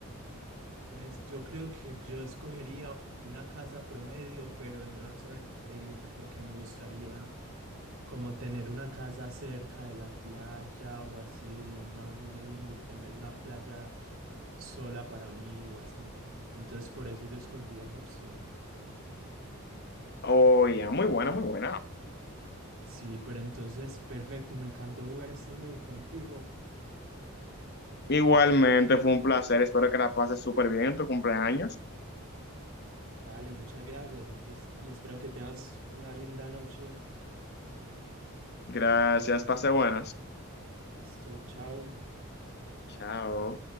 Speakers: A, on the right; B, on the left.
A: Pues yo creo que yo escogería una casa promedio, pero en una zona increíble, porque me gustaría Como tener una casa cerca de la playa o así de un mar muy lindo y tener una playa sola para mí o así. Entonces por eso yo escogería esa opción.
B: Oh, ya, muy buena, muy buena.
A: Sí, pero entonces perfecto, me encantó jugar este juego contigo.
B: Igualmente, fue un placer. Espero que la pases súper bien en tu cumpleaños.
A: Dale, muchas gracias. Entonces, y espero que tengas una linda noche.
B: Gracias, pase buenas.
A: Listo, chao.
B: Chao.